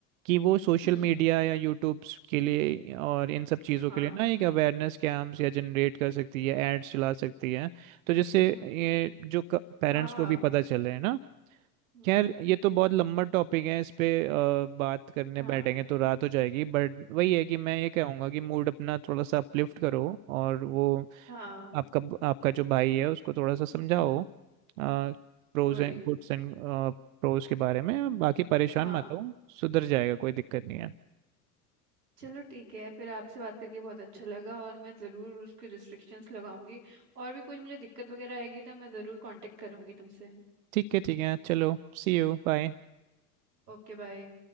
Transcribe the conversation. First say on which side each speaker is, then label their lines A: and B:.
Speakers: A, on the right; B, on the right.
A: कि वो सोशल
B: हम्म
A: मीडिया या यूट्यूब के लिए और इन सब चीज़ों
B: हाँ
A: के लिए ना एक अवेयरनेस कैंप्स या जनरेट कर सकती है एड्स चला सकती है तो जैसे
B: हम्म
A: ये जो पेरेंट्स
B: हाँ
A: को भी पता चले है ना
B: हम्म
A: खैर ये तो बहुत लंबा टॉपिक है इस पे अ, बात करने
B: हाँ
A: बैठेंगे तो रात हो जाएगी बट वही है कि मैं ये कहूँगा कि मूड अपना थोड़ा सा अपलिफ्ट करो और वो
B: हाँ
A: आपका आपका जो भाई है उसको थोड़ा सा समझाओ pros
B: वही
A: and goods and pros के बारे में बाकी परेशान
B: हाँ
A: मत हो सुधर जाएगा कोई दिक्कत नहीं है
B: चलो ठीक है फिर आपसे बात करके बहुत अच्छा लगा और मैं ज़रूर उसके रिस्ट्रिक्शंस लगाऊंगी और भी कुछ मुझे दिक्कत वगैरह आएगी तो मैं ज़रूर कांटेक्ट करूंगी तुमसे
A: ठीक है ठीक है चलो सी यू बाय
B: Okay bye